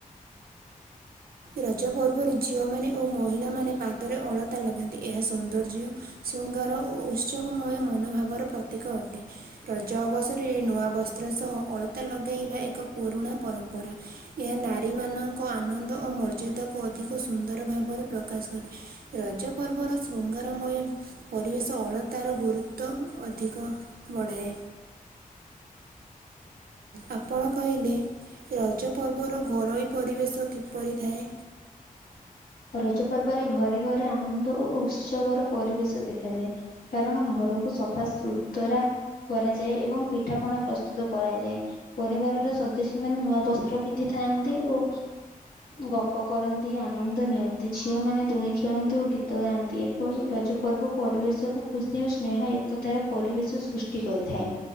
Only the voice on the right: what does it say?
ରଜ ପର୍ବରେ ଝିଅମାନେ ଓ ମହିଳାମାନୋନ ପାଦରେ ଅଳତା ଲଗାନ୍ତି, ଏହା ସୌନ୍ଦର୍ଯ୍ୟ ଶୃଙ୍ଗାର ଓ ଉତ୍ସବମୟ ମନୋଭାବର ପ୍ରତୀକ ଅଟେ। ରଜ ଅବସରରେ ନୂଆ ବସ୍ତ୍ର ସହ ଅଳତା ଲଗାଇବା ଏକ ପୁରୁଣା ପରମ୍ପରା। ଏହା ନାରୀ ମାନଙ୍କ ଆନନ୍ଦ ଓ ମର୍ଯ୍ୟାଦାକୁ ଅଧିକ ସୁନ୍ଦର ଭାବରେ ପ୍ରକାଶ କରେ। ରଜା ପର୍ବର ଶୃଙ୍ଗାର ମୟ ପରିବେଶ ଅଳତାର ଗୁରୁତ୍ୱ ଅଧିକ ବଢ଼ାଏ। ଆପଣ କହିଲେ ରଜ ପର୍ବ ର ଘରୋଇ ପରିବେଶ କିପରି ଥାଏ?